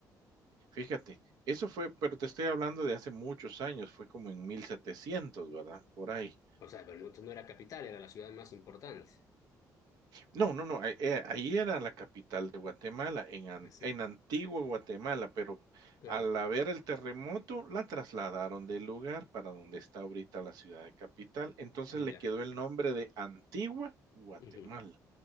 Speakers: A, on the right; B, on the left.
A: Fíjate, eso fue, pero te estoy hablando de hace muchos años, fue como en 1700, ¿verdad? Por ahí.
B: O sea, pero no entonces no era capital, era la ciudad más importante.
A: No, no, no, ahí eh, ahí era la capital de Guatemala, en an
B: Ese,
A: en Antigua Guatemala, pero
B: claro,
A: al haber el terremoto, la trasladaron del lugar para donde está ahorita la ciudad de capital, entonces le
B: ya.
A: quedó el nombre de Antigua Guatemala,
B: Ujú,